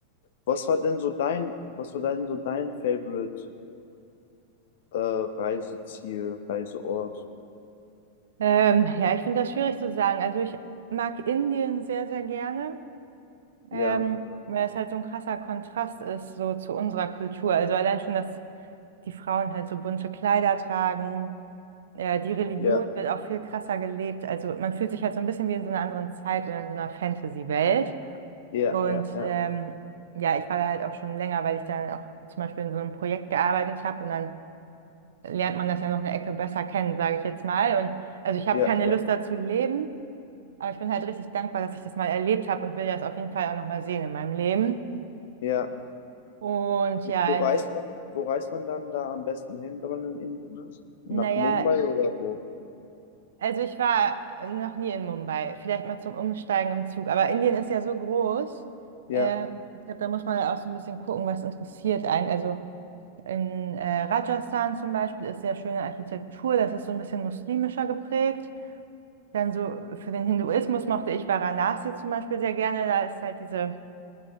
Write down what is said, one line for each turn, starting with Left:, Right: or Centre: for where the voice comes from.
Left: Was war denn so dein, was war denn so dein Favorite äh, Reiseziel, Reiseort?
Right: Ähm, ja, ich finde das schwierig zu sagen. Also ich mag Indien sehr, sehr gerne, ähm,
Left: Ja,
Right: weil es halt so ein krasser Kontrast ist so zu unserer Kultur. Also allein schon, dass die Frauen halt so bunte Kleider tragen Ja, die Religion
Left: ja,
Right: wird auch viel krasser gelebt. Also man fühlt sich halt so ein bisschen wie in so einer anderen Zeit oder in so einer Fantasy-Welt.
Left: ja,
Right: Und
Left: ja, ja,
Right: ähm, ja, ich war da halt auch schon länger, weil ich dann auch zum Beispiel in so einem Projekt gearbeitet habe und dann lernt man das ja noch eine Ecke besser kennen, sage ich jetzt mal. Und also ich habe
Left: ja,
Right: keine
Left: ja,
Right: Lust dazu leben, aber ich bin halt richtig dankbar, dass ich das mal erlebt habe und will das auf jeden Fall auch nochmal sehen in meinem Leben.
Left: ja.
Right: Und ja,
Left: Wo reist
Right: in,
Left: man, wo reist man dann da am besten hin, wenn man in Indien ist?
Right: naja.
Left: Nach Mumbai oder wo?
Right: Also ich war noch nie in Mumbai, vielleicht mal zum Umsteigen im Zug, aber Indien ist ja so groß.
Left: Ja,
Right: Ähm, ich glaube, da muss man auch so ein bisschen gucken, was interessiert einen. Also in äh, Rajasthan zum Beispiel ist sehr schöne Architektur, das ist so ein bisschen muslimischer geprägt. Dann so für den Hinduismus mochte ich Varanasi zum Beispiel sehr gerne. Da ist halt diese,